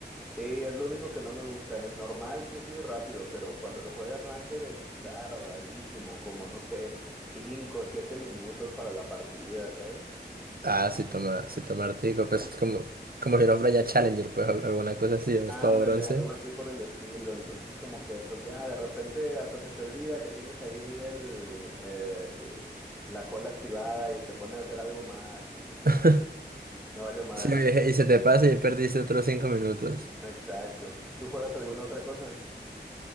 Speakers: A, in the centre; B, on the right.
A: Sí, es lo único que no me gusta. En normal sí es muy rápido, pero cuando lo juegas ranked es tardadísimo, como no sé, cinco o siete minutos para la partida, ¿sabes?
B: Ah, sí toma, sí toma Artigo, pues como, como si no fuera ya Challenger, pues al- alguna cosa así, no
A: Ándale,
B: es todo bronce.
A: algo así por el estilo. Entonces, como que, pues ya, de repente hasta se te olvida que tienes ahí el, el- la cola activada y te pones a hacer algo más y no,
B: <laughs>
A: no vale madre.
B: Sí, oye, y se te pasa y ya perdiste otros cinco minutos.
A: Exacto. ¿Tú juegas alguna otra cosa?